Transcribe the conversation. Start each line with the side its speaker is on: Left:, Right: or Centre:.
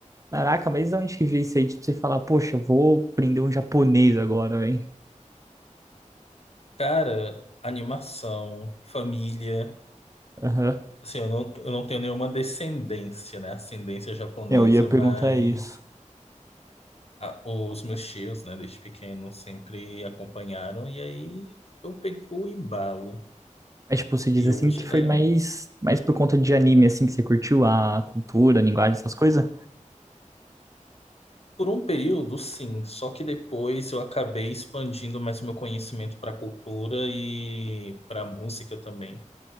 Right: Caraca, mas de onde que veio isso aí? Tipo, você falar, poxa, eu vou aprender um japonês agora, velho.
Left: Cara, animação, família.
Right: Aham.
Left: Assim, eu não, eu não tenho nenhuma descendência, né? Ascendência japonesa,
Right: Eu ia perguntar
Left: mas
Right: isso.
Left: a- os meus tios, né, desde pequeno, sempre acompanharam. E aí eu peguei o embalo.
Right: Mas, tipo, você diz
Left: E
Right: assim
Left: hoje,
Right: que foi
Left: né?
Right: mais, mais por conta de anime, assim, que você curtiu a cultura, a linguagem, essas coisas?
Left: Por um período, sim. Só que depois eu acabei expandindo mais o meu conhecimento para a cultura e para a música também.